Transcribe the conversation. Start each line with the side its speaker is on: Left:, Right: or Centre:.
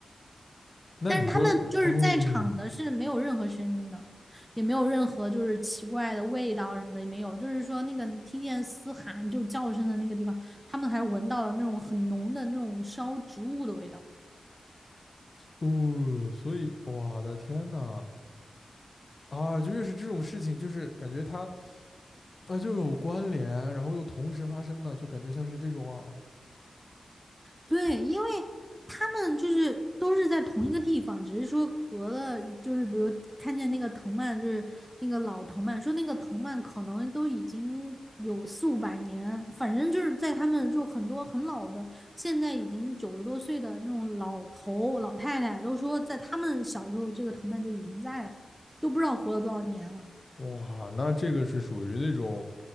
Left: 那你说哦
Centre: 但是他们就是在场的是没有任何声音的，也没有任何就是奇怪的味道什么的也没有，就是说那个听见嘶喊就是叫声的那个地方，他们还闻到了那种很浓的那种烧植物的味道。
Left: 哦，所以我的天呐啊，就越是这种事情，就是感觉她。那就有关联，然后又同时发生的，就感觉像是这种啊，
Centre: 对，因为他们就是都是在同一个地方，只是说隔了，就是比如看见那个藤蔓，就是那个老藤蔓，说那个藤蔓可能都已经有四五百年，反正就是在他们就很多很老的，现在已经九十多岁的那种老头老太太都说，在他们小时候这个藤蔓就已经在了，都不知道活了多少年了。
Left: 哇，那这个是属于那种